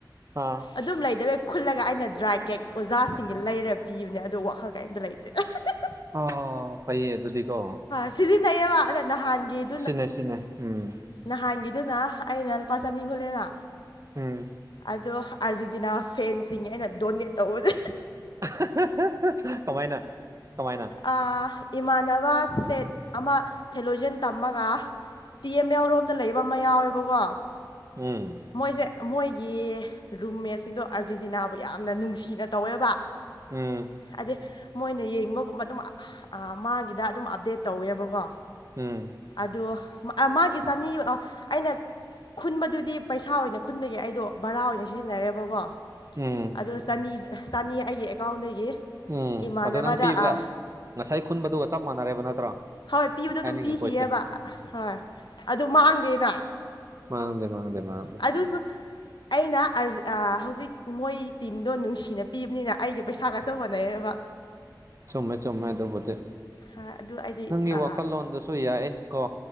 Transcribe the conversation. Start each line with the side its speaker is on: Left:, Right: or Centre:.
Right: ꯑꯥ
Left: ꯑꯗꯨꯝ ꯂꯩꯗꯕꯩ ꯈꯨꯜꯂꯒ ꯑꯩꯅ ꯗ꯭ꯔꯥꯏ ꯀꯦꯛ ꯑꯣꯖꯥꯁꯤꯡꯒꯤ ꯂꯩꯔ ꯄꯤꯕꯅꯦ ꯑꯗꯨ ꯋꯥꯈꯜ ꯀꯩꯝꯇ ꯂꯩꯇꯦ ꯑꯍꯥ ꯍ ꯍ
Right: ꯑꯣ ꯐꯩꯌꯦ ꯑꯗꯨꯗꯤꯀꯣ
Left: ꯁꯤꯖꯤꯟꯅꯩꯌꯦꯕ ꯑꯗ ꯅꯍꯥꯟꯒꯤ
Right: ꯁꯤꯅꯦ ꯁꯤꯅꯦ ꯎꯝ
Left: ꯅꯍꯥꯟꯒꯤꯗꯨꯅ ꯑꯩꯅ ꯂꯨꯄꯥ ꯆꯥꯅꯤ ꯈꯨꯜꯂꯦꯅ
Right: ꯎꯨꯝ
Left: ꯑꯗꯣ ꯑꯥꯔꯖꯦꯟꯇꯤꯅꯥ ꯐꯦꯟꯁꯤꯡꯒꯤ ꯑꯩꯅ ꯗꯣꯅꯦꯠ ꯇꯧꯕꯅꯦ
Right: ꯍꯥ ꯍ ꯍ ꯍ ꯀꯃꯥꯏꯅ ꯀꯃꯥꯏꯅ
Left: ꯑꯥ ꯏꯃꯥꯟꯅꯕ ꯁꯦꯠ ꯑꯃ ꯊꯦꯂꯣꯖꯟ ꯇꯝꯃꯒ ꯇꯤ ꯑꯦꯝ ꯌꯥꯎꯔꯣꯝꯗ ꯂꯩꯕ ꯑꯃ ꯌꯥꯎꯑꯦꯕꯀꯣ
Right: ꯎꯨꯝ
Left: ꯃꯣꯏꯁꯦ ꯃꯣꯏꯒꯤ ꯔꯨꯝꯃꯦꯠꯁꯤꯡꯗꯣ ꯑꯥꯔꯖꯦꯟꯇꯤꯅꯥꯕꯨ ꯌꯥꯝꯅ ꯅꯨꯡꯁꯤꯅ ꯇꯧꯋꯦꯕ
Right: ꯎꯝ
Left: ꯑꯗꯤ ꯃꯣꯏꯅ ꯌꯦꯡꯕꯒꯨꯝꯕ ꯑꯗꯨꯝ ꯑꯥꯍ ꯃꯥꯒꯤꯗ ꯑꯗꯨꯝ ꯑꯞꯗꯦꯠ ꯇꯧꯋꯦꯕꯀꯣ
Right: ꯎꯝ
Left: ꯑꯗꯣ ꯃꯥ ꯑꯥ ꯃꯥꯒꯤ ꯆꯅꯤ ꯑꯥ ꯑꯩꯅ ꯈꯨꯟꯕꯗꯨꯗꯤ ꯄꯩꯁꯥ ꯑꯣꯏꯅ ꯈꯨꯟꯕꯒꯤ ꯑꯩꯗꯣ ꯕꯥꯔꯥ ꯑꯣꯏꯅ ꯁꯤꯖꯤꯟꯅꯔꯦꯕꯀꯣ
Right: ꯎꯝ
Left: ꯑꯗꯣ ꯆꯅꯤ ꯆꯅꯤ ꯑꯩꯒꯤ ꯑꯦꯀꯥꯎꯟꯗꯒꯤ
Right: ꯎꯝ
Left: ꯏꯃꯥꯟꯅꯕꯗ
Right: ꯑꯗꯣ ꯅꯪ ꯄꯤꯕꯒ
Left: ꯑꯥ
Right: ꯉꯁꯥꯏ ꯈꯨꯟꯕꯗꯨꯒ ꯆꯞ ꯃꯥꯟꯅꯔꯦꯕ ꯅꯠꯇ꯭ꯔꯥ
Left: ꯍꯣꯏ ꯄꯤꯕꯗꯣ ꯑꯗꯨꯝ
Right: ꯍꯥꯏꯅꯤꯡꯉꯤ
Left: ꯄꯤꯈꯤꯑꯕ
Right: ꯄꯣꯏꯠꯁꯦ
Left: ꯍꯣꯏ ꯑꯗꯨ ꯃꯥꯡꯗꯦꯅ
Right: ꯃꯥꯥꯡꯗꯦ ꯃꯥꯥꯡꯗꯦ ꯃꯥꯥꯡꯗꯦ
Left: ꯑꯗꯨꯁꯨ ꯑꯩꯅ ꯑꯥꯔꯖ ꯑꯥ ꯍꯧꯖꯤꯛ ꯃꯣꯏ ꯇꯤꯝꯗꯣ ꯅꯨꯡꯁꯤꯅ ꯄꯤꯕꯅꯤꯅ ꯑꯩꯒꯤ ꯄꯩꯁꯥꯒ ꯆꯞ ꯃꯥꯟꯅꯩꯑꯕ
Right: <inaudible> ꯆꯨꯝꯃꯦ ꯆꯨꯝꯃꯦ ꯑꯗꯨꯕꯨꯗꯤ
Left: ꯍꯣꯏ ꯑꯗꯨ ꯑꯩꯗꯤ
Right: ꯅꯪꯒꯤ
Left: ꯑ,
Right: ꯋꯥꯈꯜꯂꯣꯟꯗꯨꯁꯨ ꯌꯥꯏ ꯀꯣ